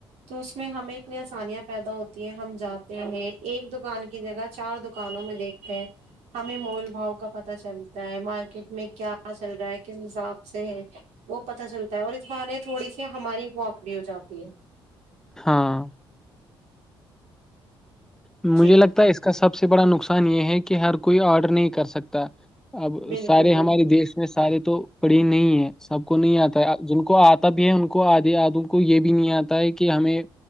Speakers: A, on the right (about 65°); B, in the centre.
A: تو اس میں ہمیں اتنی آسانیاں پیدا ہوتی ہیں ہم جاتے ہیں ایک دکان کی جگہ چار دکانوں میں دیکھتے ہیں ہمیں مول بھؤ کا پتہ چلتا ہے مارکیٹ میں کیا پتہ چل رہا ہے کس حساب سے ہے وہ پتہ چلتا ہے اور اس بہانے تھوڑی سی ہماری واک بھی ہو جاتی ہے
B: ہاں مجھے
A: جی
B: لگتا ہے اس کا سب سے بڑا نقصان نقصان یہ ہے کہ ہر کوئی آرڈر نہیں کر سکتا اب
A: بالکل
B: سارے
A: بالکل
B: ہمارے دیش میں سارے تو پڑی نہیں ہے سب کو نہیں آتا ہے جن کو آتا بھی ہے ان کو آدے آد کو یہ بھی نہیں آتا ہے کہ ہمیں